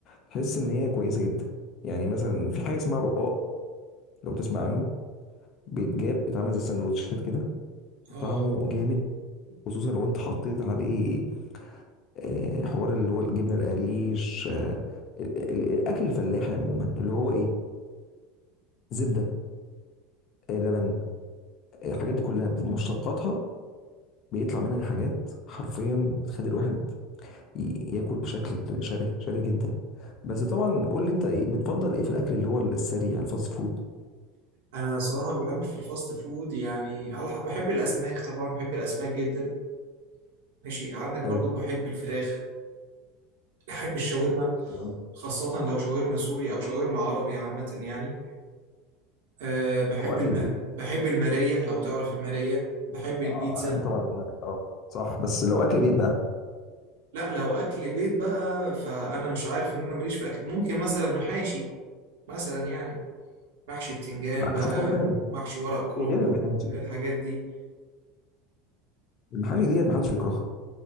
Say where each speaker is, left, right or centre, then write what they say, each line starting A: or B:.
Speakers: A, on the left (about 45°); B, on the right (about 85°).
A: تحس إن هي كويسة جدا يعني مثلا في حاجة اسمها رقاق لو تسمع عنه بيتجاب بيتعمل زي السندوتشات كده
B: آه
A: طعمه جامد خصوصا لو انت حطيت عليه آه، حوار اللي هو الجبنة القريش آه، ال- ال- الأكل الفلاحي عموما اللي هو إيه زبدة آه، لبن آه، الحاجات دي كلها مشتقاتها بيطلع منها حاجات حرفيا بتخلي الواحد ي- ياكل بشكل شره شره جدا بس طبعا قول لي انت ايه بتفضل ايه في الاكل اللي هو السريع الفاست فود
B: أنا صراحة بحب في الفاست فود يعني على... حق- بحب الأسماك طبعا بحب الأسماك جدا ماشي عندك برضو
A: حلو
B: بحب الفراخ بحب الشاورما
A: تمام
B: خاصة لو شاورما سوري أو شاورما عربي عامة يعني أه بحب
A: او اكل
B: الم...
A: البيت
B: بحب المارية لو تعرف المارية بحب البيتزا
A: اه احب طبعا المحاشي اه صح بس لو اكل بيت بقى
B: لا لو أكل بيت بقى فأنا مش عارف إن أنا ماليش في أكل ممكن مثلا محاشي مثلا يعني محشي بتنجان
A: اشوف
B: بقى
A: حاجه تانية
B: محشي ورق كرنب
A: إيه غير المحاشي
B: الحاجات دي
A: المحاشي ديت محدش بيكرهها